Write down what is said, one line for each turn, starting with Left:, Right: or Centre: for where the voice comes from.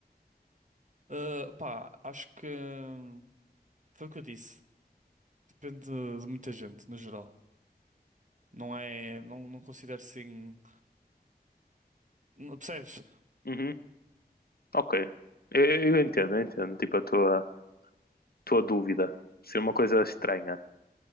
Right: Ah, pá, acho que hum, foi o que eu disse. Depende de, de muita gente, no geral. Não é. Não, não considero assim. Não, percebes?
Left: Uhum, ok. Eu, eu entendo, eu entendo. Tipo, a tua, Estou a dúvida. Seria uma coisa estranha.